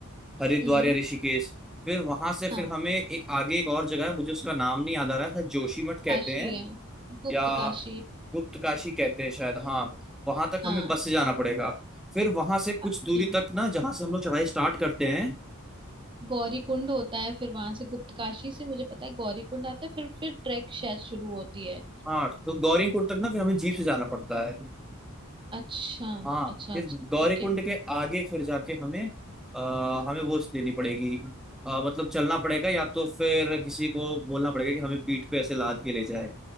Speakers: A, in the centre; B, on the right.
A: हरिद्वार
B: हम्म
A: या ऋषिकेश फिर वहां से फिर
B: हाँ
A: हमें एक आगे एक और जगह है मुझे उसका नाम नहीं याद आ रहा है शायद जोशीमठ कहते
B: काशी
A: हैं
B: है गुप्त
A: या
B: काशी
A: गुप्त काशी कहते हैं शायद हाँ वहां तक
B: हाँ
A: हमें बस से जाना पड़ेगा फिर वहां से कुछ
B: अच्छा
A: दूरी तक ना जहाँ से हम लोग चढ़ाई स्टार्ट करते हैं
B: गौरी कुंड होता है फिर वहां से गुप्त काशी से मुझे पता है गौरी कुंड आता है फिर फिर ट्रैक शायद शुरू होती है
A: हाँ तो गौरीकुंड तक ना फिर हमें जीप से जाना पड़ता है
B: अच्छा
A: हाँ
B: अच्छा
A: फिर
B: अच्छा
A: गौरी
B: ठीक
A: कुंड
B: है
A: के आगे फिर जाके हमें आ, हमें वो लेनी पड़ेगी अ, मतलब चलना पड़ेगा या तो फिर किसी को बोलना पड़ेगा कि हमें पीठ पे ऐसे लाद के ले जाए